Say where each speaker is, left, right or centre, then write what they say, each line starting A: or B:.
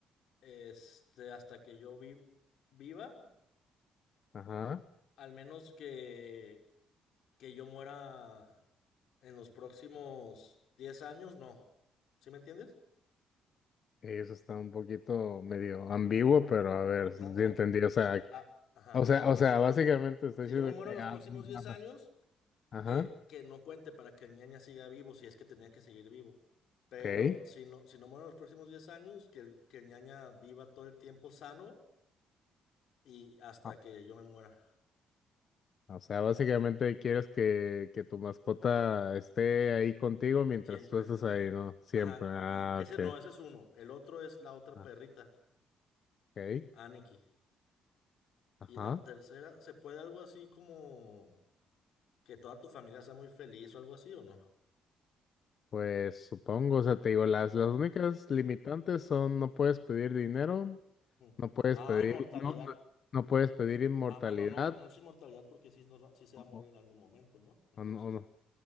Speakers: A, on the left; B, on the left.
A: este, hasta que yo vi- viva,
B: Ajá.
A: al menos que, que yo muera en los próximos 10 años, no. ¿Sí me entiendes?
B: Eso está un poquito medio ambiguo, pero a ver,
A: No,
B: si
A: o-
B: entendí. O sea,
A: Ah, ajá.
B: o sea, o sea, básicamente estoy
A: Si
B: diciendo
A: yo me muero
B: que...
A: en los
B: ah,
A: próximos diez
B: Ajá.
A: años,
B: Ajá.
A: que, que no cuente para que el ñaña siga vivo, si es que tenía que seguir vivo. Pero
B: Ok.
A: si no, si no muero en los próximos 10 años, que el, que el ñaña viva todo el tiempo sano y hasta
B: Ah.
A: que yo me muera.
B: O sea, básicamente quieres que, que tu mascota esté ahí contigo mientras
A: Siempre.
B: tú estés ahí, ¿no? Siempre.
A: Ajá.
B: Ah,
A: Y ese
B: ok.
A: no, ese es uno. El otro es la otra
B: Ah,
A: perrita,
B: Ok.
A: Aniki.
B: Ajá.
A: Y la tercera, ¿se puede algo así como que toda tu familia sea muy feliz o algo así o no?
B: Pues supongo, o sea, te digo, las, las únicas limitantes son no puedes pedir dinero,
A: Mm.
B: no puedes
A: Ah,
B: pedir,
A: inmortalidad
B: no, no, no puedes pedir inmortalidad,
A: Ah, bueno, no, no es inmortalidad porque sí, nos va- sí se va a morir
B: o,
A: en algún momento, ¿no? Entonces,
B: o no, o no,